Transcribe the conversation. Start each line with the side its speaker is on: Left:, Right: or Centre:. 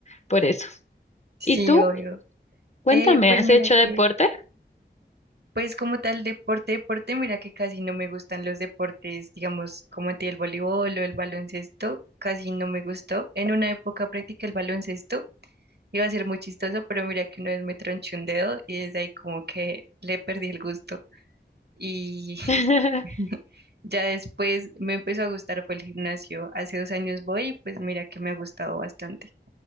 Left: por eso.
Right: Sí,
Left: ¿Y tú?
Right: obvio.
Left: Cuéntame,
Right: Eh, pues
Left: ¿has
Right: mira
Left: hecho
Right: que,
Left: deporte?
Right: pues como tal deporte, deporte, mira que casi no me gustan los deportes, digamos, como a ti el voleibol o el baloncesto, casi no me gustó. En una época practiqué el baloncesto, Iba a ser muy chistoso, pero mira que una vez me tronché un dedo y desde ahí como que le perdí el gusto. Y <laughs>
Left: <laughs>
Right: ya después me empezó a gustar, fue el gimnasio. Hace dos años voy y pues mira que me ha gustado bastante,